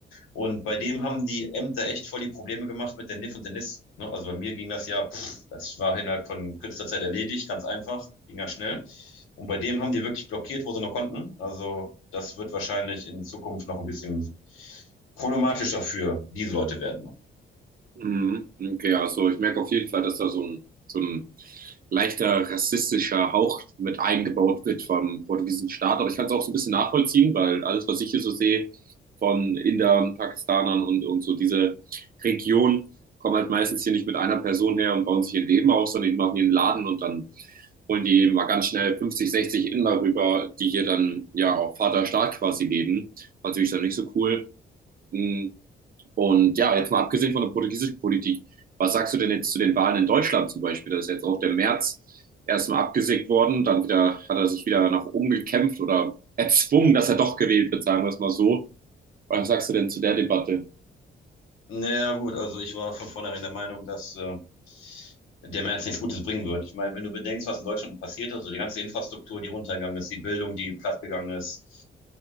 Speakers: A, on the left (about 80°); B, on the right (about 45°).
A: Und bei dem haben die Ämter echt voll die Probleme gemacht mit der NIF und der NIS. Ne? Also bei mir ging das ja, pff, das war innerhalb von kürzester Zeit erledigt, ganz einfach, ging ganz schnell. Und bei dem haben die wirklich blockiert, wo sie nur konnten. Also das wird wahrscheinlich in Zukunft noch ein bisschen problematischer für diese Leute werden.
B: Mhm. Okay, also ich merke auf jeden Fall, dass da so ein, so ein leichter rassistischer Hauch mit eingebaut wird vom portugiesischen Staat. Aber ich kann es auch so ein bisschen nachvollziehen, weil alles, was ich hier so sehe von Indern, Pakistanern und, und so diese Region, kommen halt meistens hier nicht mit einer Person her und bauen sich ihr Leben auf, sondern die machen ihren Laden und dann holen die mal ganz schnell 50, 60 Inder rüber, die hier dann ja auf Vaterstaat quasi leben. War Natürlich dann nicht so cool. Mhm. Und ja, jetzt mal abgesehen von der portugiesischen Politik, was sagst du denn jetzt zu den Wahlen in Deutschland zum Beispiel? Da ist jetzt auch der März erstmal abgesägt worden, dann wieder hat er sich wieder nach oben gekämpft oder erzwungen, dass er doch gewählt wird, sagen wir es mal so. Was sagst du denn zu der Debatte?
A: Naja, gut, also ich war von vornherein der Meinung, dass äh, der März nichts Gutes bringen wird. Ich meine, wenn du bedenkst, was in Deutschland passiert ist, also die ganze Infrastruktur, die runtergegangen ist, die Bildung, die plattgegangen ist,